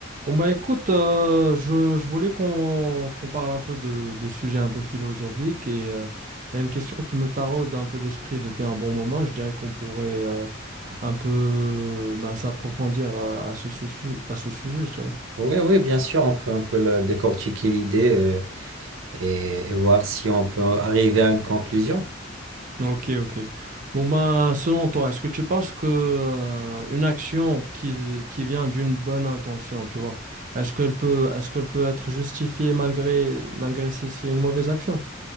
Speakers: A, on the right; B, on the right.
A: Bon bah écoute, euh, je, je voulais qu'on qu'on parle un peu de, de sujets un peu philosophiques et euh, il y a une question qui me taraude un peu l'esprit depuis un bon moment. Je dirais qu'on pourrait euh, un peu bah, s'approfondir à, à ce, su- à ce sujet, je dirais.
B: Oui, oui, bien sûr, on peut un peu le- décortiquer l'idée euh, et, et voir si on peut arriver à une conclusion.
A: Ok, ok. Bon bah selon toi, est-ce que tu penses que euh, une action qui, qui vient d'une bonne intention, tu vois, est-ce qu'elle peut est-ce qu'elle peut être justifiée malgré malgré si c'est une mauvaise action?